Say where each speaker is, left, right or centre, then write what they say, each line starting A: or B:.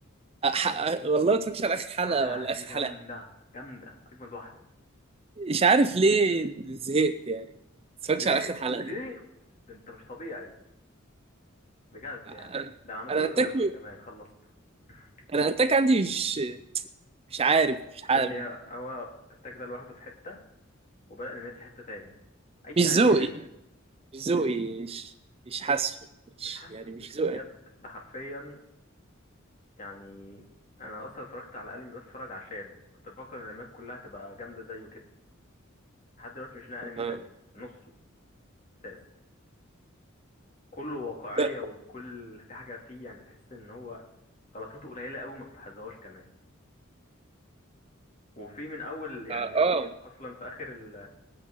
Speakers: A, on the right; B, on the left.
A: أح... والله ما اتفرجتش على اخر حلقه
B: الحلقة
A: ولا
B: دي
A: اخر
B: جامدة
A: حلقه
B: جامدة اجمد واحدة
A: مش عارف ليه زهقت يعني ما اتفرجتش
B: زهقت
A: على اخر حلقه
B: زهقت
A: دي
B: ده انت مش طبيعي بجد
A: انا
B: يعني ده انا عملت
A: انا
B: له ريواتش
A: اتاك
B: كمان خلصته <laughs>
A: انا اتاك عندي مش مش عارف مش عارف
B: يا ابني هو التاج ده لوحده في حتة وبدأ الانميات في حتة تاني اي
A: مش ذوقي
B: انمي تاني
A: مش ذوقي
B: ايه
A: مش مش حاسه مش
B: مش حاسه
A: يعني
B: بز-
A: مش
B: بجد
A: ذوقي
B: ده حرفيا يعني انا اصلا اتفرجت على انمي بتفرج عشانه كنت بفكر ان الانميات كلها تبقى جامده زيه كده لحد دلوقتي مش لاقي انمي
A: آه.
B: زيه نصه اساس كله واقعيه
A: لا
B: وكل في حاجه فيه يعني تحس ان هو غلطاته قليله قوي ما تلاحظهاش كمان وفي من اول يعني
A: اه, آه.
B: اصلا في اخر ال